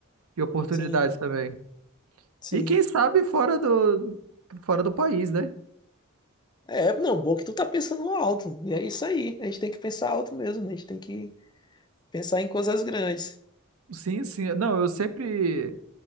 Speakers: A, on the right; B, on the left.
A: E oportunidades
B: Sim,
A: também.
B: sim.
A: E quem sabe fora do, fora do país, né?
B: É, não, bom que tu tá pensando alto. E é isso aí. A gente tem que pensar alto mesmo. A gente tem que pensar em coisas grandes.
A: Sim, sim. Não, eu sempre,